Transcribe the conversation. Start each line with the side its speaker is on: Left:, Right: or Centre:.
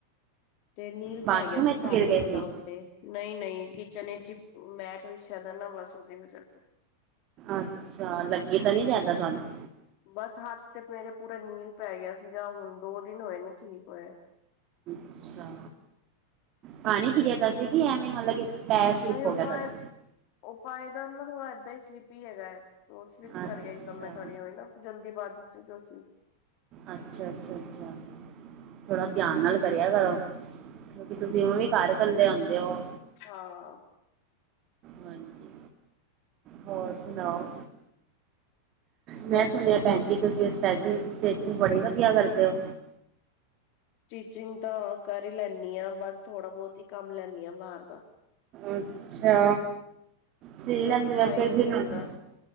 Left: ਤੇ ਨੀਲ ਪੈ
Right: ਬਾਥਰੂਮ
Left: ਗਿਆ ਸੀ
Right: ਵਿੱਚ
Left: ਸਾਰੀ
Right: ਗਿਰ ਗਏ
Left: ਉਂਗਲਾ
Right: ਸੀ
Left: ਉੱਤੇ। ਨਈ-ਨਈ ਕਿਚਨ ਇਚ ਮੈਟ ਵਿਸ਼ਆ ਦਾ ਨਾ ਬਸ ਉਦੀ ਵਜਾ ਤੋ।
Right: ਅੱਛਾ ਲੱਗੀ ਤੇ ਨੀ ਜਾਦਾ ਤੁਹਾਨੂੰ।
Left: ਬਸ ਹੱਥ ਤੇ ਮੇਰੇ ਪੂਰਾ ਨੀਲ ਪੈ ਗਿਆ ਸੀਗਾ ਹੁਣ ਦੋ ਦਿਨ ਹੋਏ ਨੇ ਠੀਕ ਹੋਏ।
Right: ਅੱਛਾ ਪਾਣੀ ਕਿ ਦੇ ਤਾ ਸੀ ਕਿ ਐਵੇਂ ਮਤਲਬ ਪੈਰ ਸਲਿੱਪ
Left: ਹਾਏ ਉਹ
Right: ਹੋ ਗਿਆ
Left: ਪਾਏ
Right: ਤੁਹਾਡਾ
Left: ਪਾਏਦਾਰ ਨਾ ਥੋੜ੍ਹਾ ਇਦਾ ਹੀ ਸਲੀਪੀ ਹੈਗਾ। ਤੋ ਸਲੀਪ ਕਰ
Right: ਅੱਛਾ
Left: ਗਈ ਇਕਦਮ ਮੈਂ ਖੜੀ ਹੋਈ ਨਾ ਜਲਦੀ ਬਾਜੀ ਚ ਜੋ ਸੀ।
Right: ਅੱਛ-ਅੱਛਾ, ਅੱਛਾ ਥੋੜਾ ਧਿਆਨ ਨਾਲ ਕਰਿਆ ਕਰੋ ਕਿਉਂਕਿ ਤੁਸੀਂ ਉਹ ਵੀ ਘਰ ਕੱਲੇ ਹੁੰਦੇ ਹੋ।
Left: ਹਾਂ
Right: ਹਾਂਜੀ ਹੋਰ ਸੁਣਾਓ? ਮੈਂ
Left: ਬਸ
Right: ਸੁਣਿਆ
Left: ਵਧੀਆ
Right: ਭੈਣ ਜੀ ਤੁਸੀਂ ਸਟੈਚਗ ਸਟੈਚਿੰਗ ਬੜੀ ਵਧੀਆ ਕਰਦੇ ਹੋ।
Left: ਟੀਚਿੰਗ ਤਾਂ ਕਰ ਹੀ ਲੈਨੀ ਹਾ ਬਸ ਥੋੜਾ ਬੌਤ ਹੀ ਕੰਮ ਲੈਨੀ ਹਾ ਬਾਰ ਦਾ।
Right: ਅੱਛਾ ਸੀ
Left: ਕਿਉਂਕਿ
Right: ਲੈਂਦੇ ਵੈਸੇ
Left: ਟਾਈਮ
Right: ਦਿਨ
Left: ਨੀ ਹੁੰਦਾ
Right: ਵਿਚ